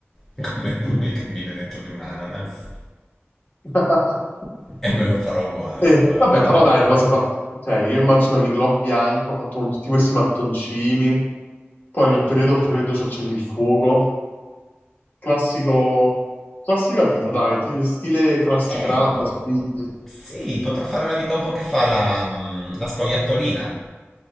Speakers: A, in the centre; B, on the left.
A: <laughs> come lui
B: Mm.
A: che vive dentro di un ananas.
B: <laughs>
A: E me lo farò uguale,
B: Eh,
A: guarda.
B: vabbè, però dai, te lo sei fatto. Cioè, io immagino l'iglò bianco ho fatto con tutti questi mattoncini. Poi nel periodo freddo ci accendi il fuoco. Classico, classica vita, dai, ti- stile Krusty
A: Ecco.
B: Krab, Squid.
A: Sì, potrò fare la vita un po' che fa la, mm, la scoiattolina.